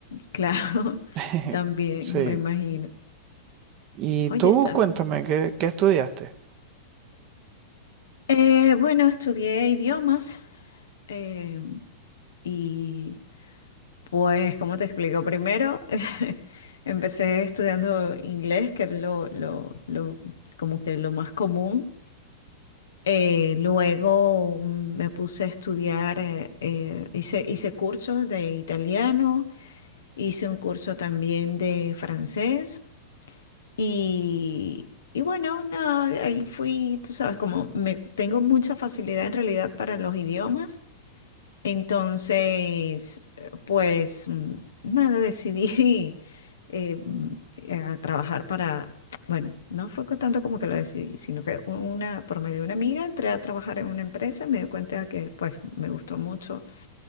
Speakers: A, on the left; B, on the right.
A: Claro,
B: <laughs>
A: <laughs> también,
B: Sí.
A: me imagino.
B: Y
A: Oye,
B: tú
A: está
B: cuéntame,
A: bien.
B: ¿qué, qué estudiaste?
A: Eh, bueno, estudié idiomas eh, y pues, ¿cómo te explico? Primero, <laughs> empecé estudiando inglés, que es lo, lo, lo, como que lo más común. Eh, luego me puse a estudiar, eh, eh, hice, hice cursos de italiano, hice un curso también de francés y, y bueno, nada, ahí fui, tú sabes, como me, tengo mucha facilidad en realidad para los idiomas. Entonces, eh, pues mm, nada, decidí <laughs> eh, mm, a trabajar para, bueno, no fue co- tanto como que lo decidí, sino que u- una, por medio de una amiga entré a trabajar en una empresa y me di cuenta que pues me gustó mucho